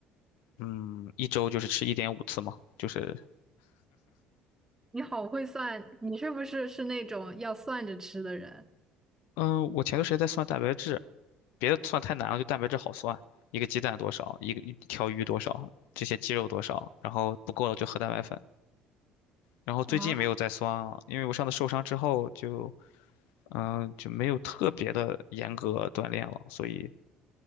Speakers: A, on the left (about 75°); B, on the right (about 15°).
A: 嗯，一周就是吃一点五次嘛，就是，
B: 你好会算，你是不是是那种要算着吃的人
A: 嗯，我前段时间在算蛋白质，别的算太难了，就蛋白质好算，一个鸡蛋多少，一个一条鱼多少，这些鸡肉多少，然后不够了就喝蛋白粉。然后最近没有再算了，
B: 啊？<laughs>
A: 因为我上次受伤之后就，嗯，就没有特别的严格锻炼了，所以